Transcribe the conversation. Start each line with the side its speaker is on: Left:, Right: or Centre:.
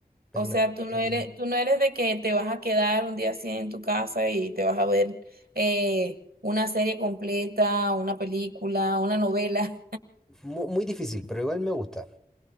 Centre: Ver
Right: O
Centre: las
Right: sea,
Centre: estrellas.
Right: tú no eres, tú no eres de que te vas a quedar un día así en tu casa y te vas a ver eh, una serie completa, una película, una novela.
Centre: Mu- Muy, difícil, pero igual me gusta.